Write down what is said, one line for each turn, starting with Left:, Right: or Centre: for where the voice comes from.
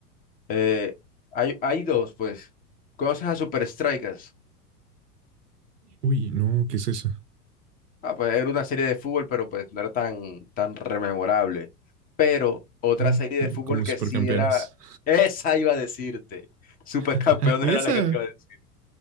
Left: eh, hay, hay dos, pues. ¿Conoces a Super Strikers?
Right: Uy, no, ¿qué es eso?
Left: Ah, pues era una serie de fútbol, pero pues no era tan, tan rememorable. Pero otra
Right: Ok,
Left: serie de fútbol
Right: como
Left: que
Right: supercampeones.
Left: sí era, esa iba a decirte. Supercampeones
Right: <laughs> Esa.
Left: era la que te iba a decir.